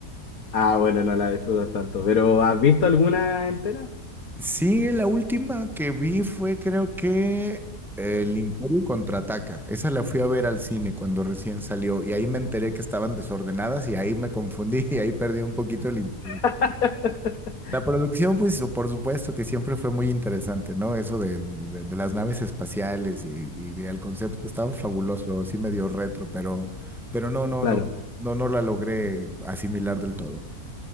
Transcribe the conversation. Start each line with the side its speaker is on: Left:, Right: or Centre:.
Left: Ah, bueno, no la disfrutas tanto. ¿Pero has visto alguna entera?
Centre: Sí, la última que vi fue creo que El Imperio Contraataca. Esa la fui a ver al cine cuando recién salió y ahí me enteré que estaban desordenadas y ahí me confundí <laughs> y ahí perdí un poquito el interés.
Left: <laughs>
Centre: La producción, pues, por supuesto que siempre fue muy interesante, ¿no? Eso de, de- de las naves espaciales y, y el concepto estaba fabuloso, sí medio retro, pero, pero no, no,
Left: Claro.
Centre: no, no, no la logré asimilar del todo.